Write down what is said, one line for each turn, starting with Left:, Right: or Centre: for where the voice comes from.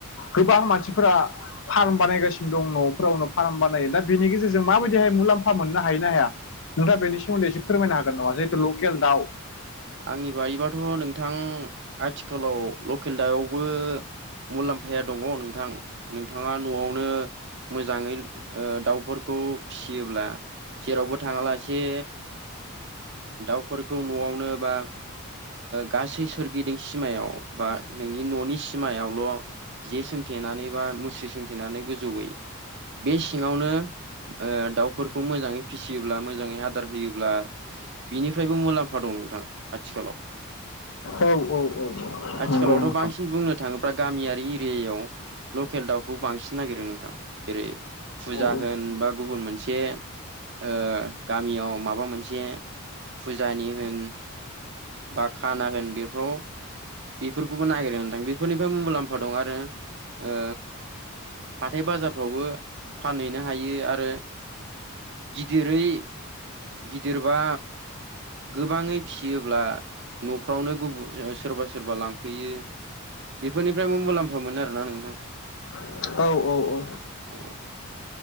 Left: गोबां मानसिफोरा फार्म बानायगासिनो दं न'फोरावनो फार्म बानायो दा बेनि गेजेरजों माबायदिहाय मुलाम्फा मोननो हायोना हाया। नोंथाङ बेनि सोमोन्दै एसे फोरमाय हागोन नामा जिहेथु लकेल दउ।
Right: आंनि बादिबाथ' नोंथां आथिखालाव लकेल दावबो मुलाम्फाया दङ नोंथां नोंथाङा न'आवनो मोजाङै ओ दाउफोरखौ फिसियोब्ला जेरावबो थाङालासे दाउफोरखौ न'आवनो बा ओ गासै सोरगिदिं सिमायाव बा नोंनि न'नि सिमायावल' जे सोंथेनानै बा मुस्रि सोंथेनानै गोजौयै बे सिङावनो ओ दाउफोरखौ मोजाङै फिसियोब्ला मोजाङै आदार होयोब्ला बिनिफ्रायबो मुलाम्फा दं नोंथां आथिखालाव
Left: औ औ औ
Right: आथिखालावथ'
Left: नंगौ नोंथां
Right: बांसिन बुंनो थाङोब्ला गामियारि एरियायाव लकेल दाउखौ बांसिन नागिरो नोंथां जेरै फुजा
Left: औ
Right: होन बा गुबुन मोनसे ओ गामियाव माबा मोनसे फुजानि होन बा खाना होन बेफोराव बेफोरखौबो नागिरो होनदां बेफोरनिफ्रायबो मुलाम्फा दं आरो ओ हाथाय बाजारफ्रावबो फानहैनो हायो आरो गिदिरै गिदिरबा गोबाङै फिसियो ब्ला न'फ्रावनो गुब सोरबा सोरबा लांफैयो। बेफोरनिफ्रायबो मुलाम्फा मोनो आरोना नोंथां।
Left: औ औ औ
Right: औ